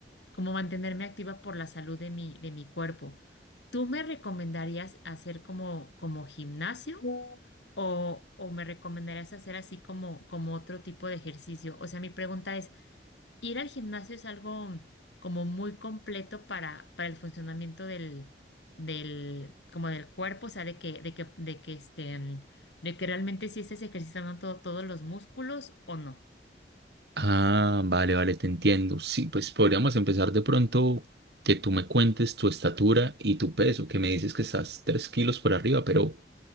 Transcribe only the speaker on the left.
como mantenerme activa por la salud de mi, de mi cuerpo. ¿Tú me recomendarías hacer como, como gimnasio o, o me recomendarías hacer así como, como otro tipo de ejercicio? O sea, mi pregunta es, ir al gimnasio es algo como muy completo para, para el funcionamiento del, del, como del cuerpo, o sea, de que, de que, de que este, de que realmente si estés ejercitando todo- todos los músculos o no.